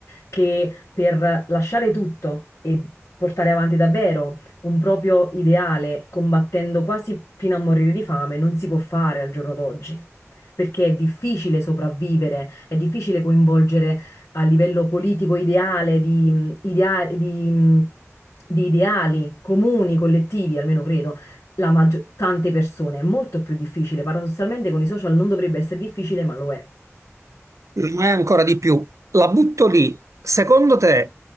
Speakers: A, on the left; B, on the right.
A: che per lasciare tutto e portare avanti davvero un proprio ideale, combattendo quasi fino a morire di fame, non si può fare al giorno d'oggi. Perché è difficile sopravvivere, è difficile coinvolgere a livello politico ideale di, mh, idea- di, mh, di ideali comuni, collettivi, almeno credo, la maggio- tante persone. È molto più difficile. Paradossalmente con i social non dovrebbe essere difficile, ma lo è.
B: Mai ancora di più. La butto lì. Secondo te,